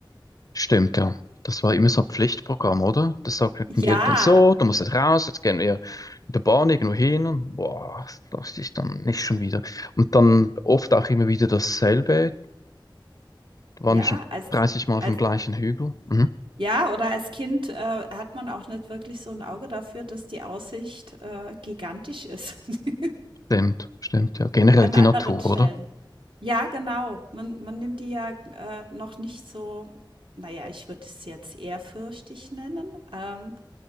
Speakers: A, on the left; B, on the right.
A: Stimmt, ja. Das war immer so ein Pflichtprogramm, oder? Das sagten
B: Ja,
A: die Eltern so, du musst jetzt raus, jetzt gehen wir mit der Bahn irgendwo hin und boah, das ist dann nicht schon wieder. Und dann oft auch immer wieder dasselbe, da waren
B: ja,
A: wir schon
B: als
A: 30 Mal auf
B: als
A: dem gleichen Hügel. Mhm.
B: ja, oder als Kind, äh, hat man auch nicht wirklich so ein Auge dafür, dass die Aussicht, äh, gigantisch ist. <laughs>
A: Stimmt, stimmt, ja. Generell
B: An
A: die
B: anderen
A: Natur,
B: Stellen.
A: oder?
B: Ja, genau. Man man nimmt die ja, äh, noch nicht so na ja, ich würde es jetzt ehrfürchtig nennen, ähm,